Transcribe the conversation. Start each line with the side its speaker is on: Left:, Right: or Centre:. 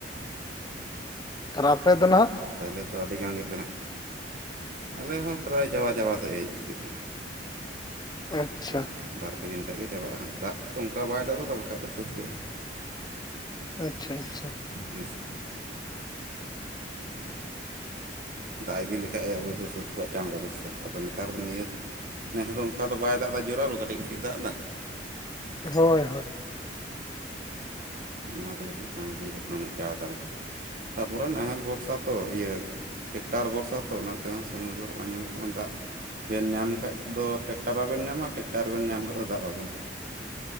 Left: ᱟᱨ ᱟᱯᱮ ᱫᱚ ᱱᱟᱦᱟᱜ
Right: ᱛᱟᱦᱞᱮ ᱛᱚ ᱟᱹᱰᱤ ᱜᱟᱱ ᱜᱮᱯᱮ ᱦᱟᱸᱜ ᱟᱞᱮ ᱦᱚᱸ ᱯᱨᱟᱭ ᱪᱟᱵᱟ ᱪᱟᱵᱟ ᱥᱮᱫ ᱦᱮᱡ ᱦᱤᱡᱩᱜ ᱠᱟᱱᱟ᱾
Left: ᱟᱪᱪᱷᱟ
Right: ᱟᱨ ᱵᱟᱨ ᱯᱮ ᱫᱤᱱ ᱠᱷᱟᱡ ᱜᱮ ᱪᱟᱵᱟᱜᱼᱟ ᱦᱟᱜ ᱫᱟᱜ ᱛᱚ ᱚᱱᱠᱟ ᱵᱟᱭ ᱫᱟᱜ ᱫᱟ ᱛᱚ ᱵᱟᱠᱷᱟᱡ ᱫᱚ ᱥᱟᱹᱛ ᱠᱚᱜᱼᱟ᱾
Left: ᱟᱪᱪᱷᱟ ᱟᱪᱪᱷᱟ᱾
Right: ᱦᱮᱸ ᱥᱮ᱾ ᱚᱱᱛᱮᱼᱼ ᱫᱟᱜ ᱤᱫᱤ ᱞᱮᱠᱷᱟᱡ ᱮ ᱚᱵᱚᱥᱥᱳᱭ ᱥᱟᱹᱛ ᱠᱚᱣᱟᱜ ᱪᱟᱬ ᱜᱮ ᱟᱫᱚ ᱥᱮᱥ ᱟᱫᱚ ᱱᱮᱛᱟᱨ ᱫᱚ ᱱᱤᱭᱟᱹᱼᱼ ᱱᱮᱥ ᱫᱚ ᱚᱱᱠᱟ ᱫᱚ ᱵᱟᱭ ᱫᱟᱜ ᱫᱟ ᱡᱚᱨᱟᱞᱳ ᱠᱟᱹᱴᱤᱡ ᱠᱟᱹᱴᱤᱡ ᱮ ᱫᱟᱜ ᱫᱟ᱾
Left: ᱦᱳᱭ ᱦᱳᱭ᱾
Right: ᱚᱱᱟᱛᱮ ᱠᱟᱹᱴᱤᱡ ᱵᱟᱝ ᱦᱩᱭ ᱦᱚᱫᱚᱜ ᱠᱟᱱᱟ‌ ᱛᱟᱲᱟᱛᱟᱹᱲᱤ ᱫᱚ ᱛᱟᱯᱚᱨᱮ ᱱᱟᱦᱮᱞ ᱵᱷᱚᱨᱥᱟ ᱛᱚ ᱤᱭᱟᱹᱼᱼ ᱴᱮᱠᱴᱟᱨ ᱵᱷᱚᱨᱥᱟ ᱛᱚ ᱚᱱᱟᱛᱮ ᱦᱚᱸ ᱥᱚᱢᱚᱭ ᱠᱚᱨᱮ ᱵᱟᱝ ᱧᱟᱢᱚᱜ ᱠᱟᱱᱟ ᱫᱟᱜᱼᱼ ᱵᱮᱱ ᱧᱟᱢ ᱠᱷᱟᱡ ᱫᱚ ᱴᱮᱠᱴᱟᱨ ᱵᱟᱵᱮᱱ ᱧᱟᱢᱟ ᱴᱮᱠᱴᱟᱨ ᱵᱮᱱ ᱧᱟᱢ ᱠᱷᱟᱡ ᱫᱚ ᱫᱟᱜ ᱵᱟᱵᱮᱱ ᱧᱟᱢᱟ᱾